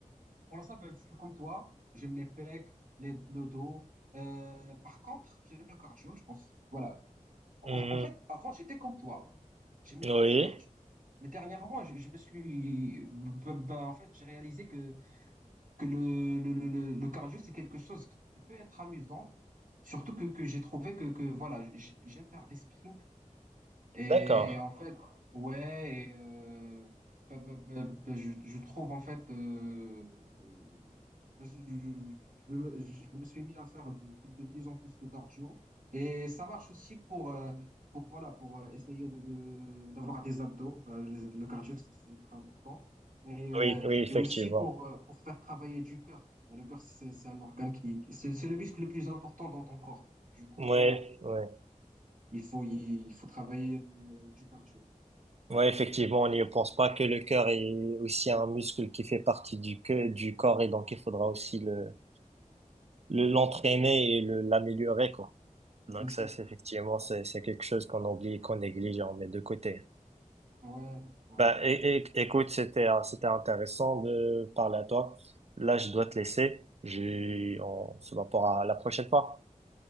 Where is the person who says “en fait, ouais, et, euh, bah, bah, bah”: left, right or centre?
Right